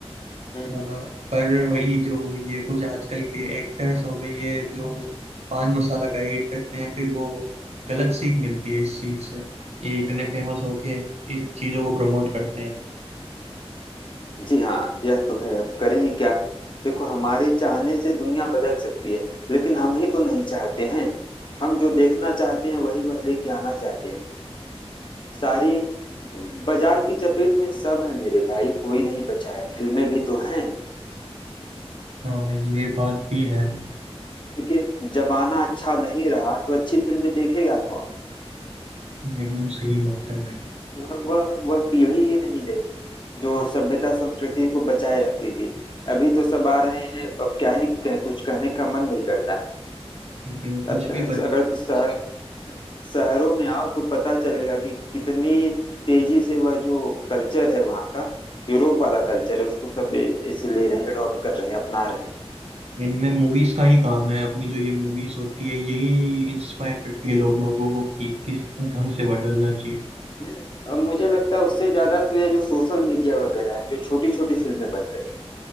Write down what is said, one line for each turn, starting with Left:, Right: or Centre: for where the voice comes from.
Left: हम्म हम्म।
Right: अ, पर वही जो ये कुछ आजकल के एक्टर्स हो गए ये जो पान मसाला का एड करते हैं फिर वो गलत सीख मिलती है इस चीज से ये इतने फेमस होके इस चीजों को प्रमोट करते हैं
Left: जी हाँ यह तो है अब करें ही क्या देखो हमारे चाहने से दुनिया बदल सकती है लेकिन हम ही तो नहीं चाहते हैं हम जो देखना चाहते हैं वही वह लेके आना चाहते हैं सारी बाजार की चपेट में सब है मेरे भाई कोई नहीं बचा है फिल्में भी तो हैं
Right: हाँ ये बात भी है
Left: देखिए जमाना अच्छा नहीं रहा तो अच्छी फिल्में देखेगा कौन
Right: एकदम सही बात है भाई
Left: वह वह वह पीढ़ी ही नहीं रही जो सभ्यता संस्कृति को बचाए रखती थी अभी तो सब आ रहे हैं अब क्या ही कहें कुछ कहने का मन नहीं करता
Right: लेकिन कुछ
Left: अब
Right: भी बन
Left: अगर तो शहर शहरों में आओ तो पता चलेगा कि कितनी तेजी से वह जो कल्चर है वहाँ का यूरोप वाला कल्चर है उसको सब इसे ले रहे हैं अडॉप्ट कर रहे हैं अपना रहे
Right: इनमें मूवीज का ही काम है अपनी जो ये मूवीज होती है यही इंस्पायर करती है लोग बागों को कि किस ढंग से बदलना चाहिए
Left: हैं अब मुझे लगता है उससे ज्यादा तो ये जो सोशल मीडिया वगैरह है जो छोटी छोटी फिल्में बन रही हैं